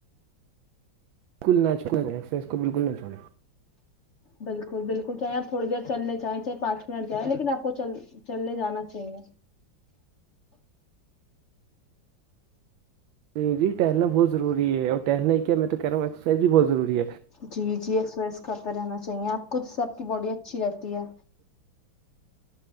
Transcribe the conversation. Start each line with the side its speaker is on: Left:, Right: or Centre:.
Right: اسکل نا چھوڑے اس ایکسرسائز کو بالکل نہ چھڑیں
Left: بالکل بالکل چاہے آپ تھوڑی دیر چلنے چاہیں چاہے پانچ منٹ جائیں لیکن آپ کو چل چلنے جانا چاہیے
Right: جی جی ٹہلنا بہت ضروری ہے اور ٹہلنا کیا میں تو کہہ رہا ہوں ایکسرسائز بھی بہت ضروری ہے
Left: جی جی ایکسرسائز کرتے رہنا چاہیے آپ خود سے آپ کی باڈی اچھی رہتی ہے